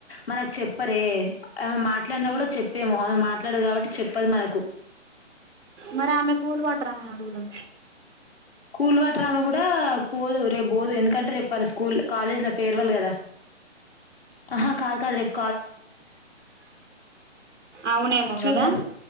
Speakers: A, on the left (about 55°); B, on the right (about 70°).
A: మనకు చెప్పరే ఆమె మాట్లాడిన కూడా చెప్పేము ఆమె మాట్లాడదు కాబట్టి చెప్పదు మనకు
B: మరి ఆమె కూల్ వాటర్ ఆమెని అడుగుదాం
A: కూల్ వాటర్ ఆమె కూడా పోదు రేపు పోదు ఎందుకంటే రేపు వాళ్ళ స్కూల్ కాలేజ్ లో ఫేర్వల్ కదా ఆహా కాదు కాదు రేప్
B: అవునేమో
A: చూద్దాం
B: గదా